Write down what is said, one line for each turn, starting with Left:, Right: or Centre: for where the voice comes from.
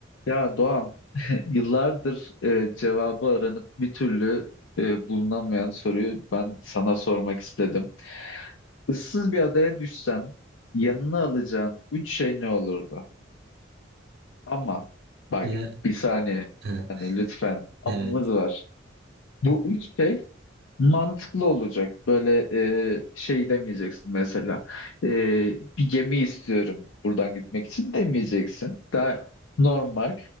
Left: Ya Doğan, <laughs> yıllardır e, cevabı aranıp bir türlü e, bulunamayan soruyu ben sana sormak istedim. Issız bir adaya düşsen yanına alacağın üç şey ne olurdu? Ama bak
Right: Ya
Left: bir saniye,
Right: <laughs>
Left: yani lütfen amamız
Right: evet.
Left: var. Bu üç şey Mantıklı olacak. Böyle e, şey demeyeceksin mesela. E, bir gemi istiyorum buradan gitmek için demeyeceksin. Daha normal.